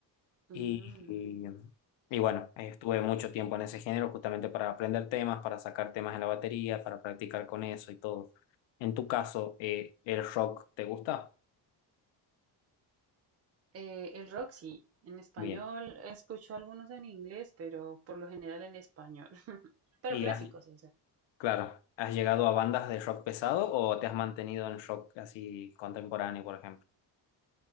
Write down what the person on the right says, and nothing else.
Mm,
eh, el rock sí, en español
escucho algunos en inglés, pero por lo general en español, <laughs> pero
clásicos,
o sea.